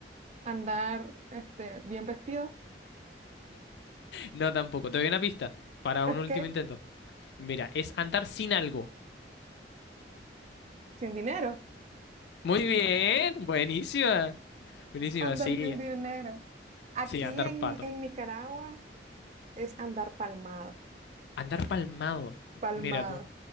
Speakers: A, on the right; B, on the left.
A: andar, este, bien vestido.
B: No tampoco. Te doy una pista para
A: Ok.
B: un último intento. Mira, es andar sin algo.
A: Sin dinero,
B: Muy bien, buenísima. Buenísima,
A: andar
B: sí.
A: sin dinero. Aquí
B: Sí, andar
A: en,
B: pato.
A: en Nicaragua es andar palmado,
B: Andar palmado.
A: palmado.
B: Mira tú,